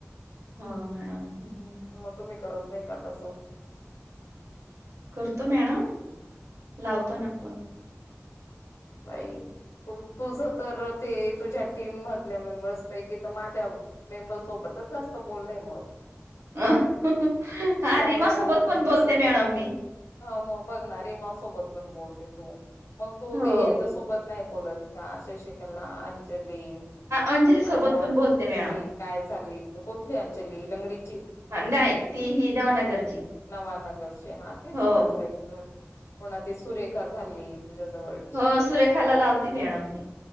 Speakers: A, on the right (about 75°); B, on the left (about 70°).
A: हो मॅडम हम्
B: मग तुम्ही करत नाही का तस
A: करतो मॅडम लावतो
B: मग
A: ना आपण
B: बाई तुझ तर ते तुझ्या टीम मधल्या मेंबर्स पैकी तर माझ्या मेंबर्स सोबत तिथंच जास्त बोलय मग.
A: हा
B: कमले
A: रीमा
B: आणि
A: सोबत
B: धन्वंती
A: पण बोलते
B: सोबत
A: मॅडम मी
B: ह मग बघणा रिमा सोबत पण बोलते तू मग तू
A: हो
B: ते यांच्यासोबत नाही बोलत का शशिकला, आंज ली
A: अंजली
B: पुन्हा
A: सोबत पण
B: की
A: बोलते मॅडम.
B: काय झाली त कुठली अंजली ल ची
A: हां, नाही ती ही नवानगरची
B: नवानगरचे हा तेच
A: हो.
B: म्हटलंय तर कोणा ते सुरेखा झाली तुझ्याजवळ
A: हो सुरेखाला लावते मॅडम मी